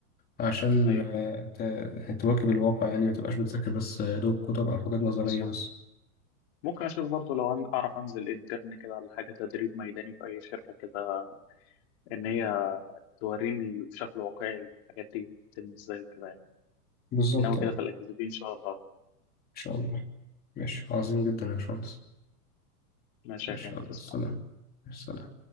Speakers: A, on the left; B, on the left.
A: عشان
B: أيوة
A: آه، ت- يعني تواكب الواقع يعني ما تبقاش بتذاكر بس يا دوب كتب او حاجات نظريه
B: مظبوط
A: بس
B: ممكن أشوف برضه لو عن- أعرف أنزل انترن كده ولا حاجة تدريب ميداني في أي شركة كده إن هي توريني بشكل واقعي الحاجات دي بتتم إزاي وكده يعني
A: بالظبط
B: إنما كده
A: اه ان
B: في الأجازة دي إن شاء الله
A: شاء الله ماشي عظيم جدا يا باشمهندس
B: ماشي
A: ماشي
B: يا كريم،
A: يلا
B: تسلم
A: السلام السلام